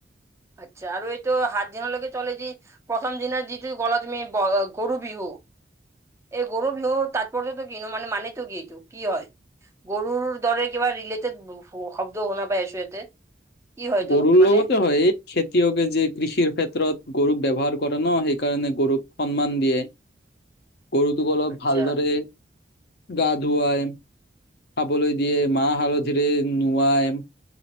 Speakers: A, on the right; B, on the left.
A: আচ্ছা আৰু এইটো সাত দিনলৈকে চলে যি প্ৰথম দিনা যিটো ক'লা তুমি গ গৰু বিহু এই গৰু বিহু তাত কলেতো কিনো মানে মানেটো কি এইটো কি হয়, গৰুৰ দৰে কিবা ৰিলেটেড শ শব্দ শুনা পাই আছো ইয়াতে। কি হয় এইটো
B: গৰুৰ
A: মানে
B: লগতে হয়। খেতিয়কে যে কৃষিৰ ক্ষেত্ৰত গৰুক ব্যৱহাৰ কৰে ন, সেইকাৰণে গৰুক সন্মান দিয়ে।
A: <inaudible>
B: গৰুটোক অলপ
A: আচ্ছা
B: ভালদৰে গা ধুৱাই খাবলৈ দিয়ে, মা হালধিৰে নোৱাই